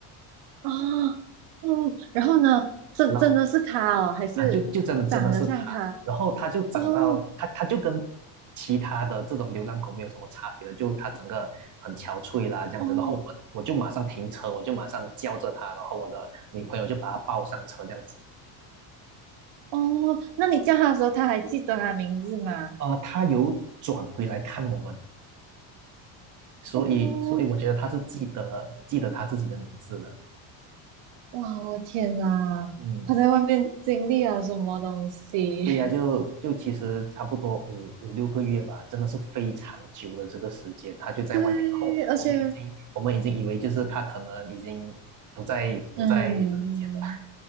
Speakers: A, on the right; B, on the right.
A: 啊嗯，然后呢？真真的是他哦，
B: 然后
A: 还是长得像他？
B: 啊，就就真的真的是他，然后他就长到他他就跟
A: 哦
B: 其他的这种流浪狗没有什么差别了，就他整个很憔悴啦这样子，
A: 哦
B: 然后我我就马上停车，我就马上叫着他，然后我的女朋友就把他抱上车这样子，
A: 哦，那你叫他的时候，他还记得他名字吗？
B: 呃，他有转回来看我们。所以所以我觉得他是记得记得他自己的名字的。
A: 哦哇，我的天呐，
B: 嗯
A: 他在外面经历了什么东西？
B: 对呀，就就其实差不多五五六个月吧，真的是非常久的这个时间，他就在外面，
A: <laughs> 对，
B: 然后我们已经我们已经以为就是他可能已经不在不在人间了。
A: 而且，嗯